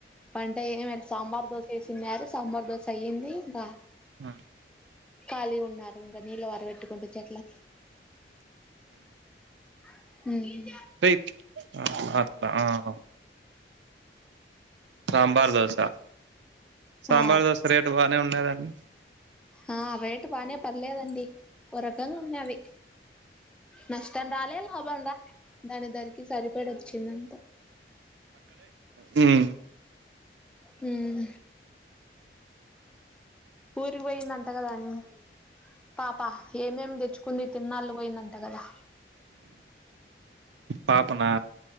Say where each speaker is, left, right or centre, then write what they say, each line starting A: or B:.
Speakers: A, in the centre; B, on the right.
A: పంట ఎం ఎ సాంబార్ దోశ వేసిన్యా సాంబార్ దోశ అయ్యింది ఇంకా
B: ఆ
A: ఖాళీ గ ఉన్నారు ఇంకా నీళ్ళ వర పెట్టుకుంట చెట్లకి హ్మ్
B: రైట్ అట్లా హ సాంబార్ దోశ సాంబార్
A: ఆ
B: దోశ రేటు బాగా ఉన్య దాండి
A: ఆ రేటు బానే పర్లేదండి ఓ రకంగ వుణ్యాది నష్టం రాలే లాభం రాల్య దానిద్దరికి సరిపడ వచ్చిందంతే
B: హ్మ్
A: ఉహ్మ్ ఊరికి పోయిందంట కదా అను పాప ఏమేమి తెచ్చుకుంది. తిర్న్నాళు పోయిందంట గదా.
B: పాపనా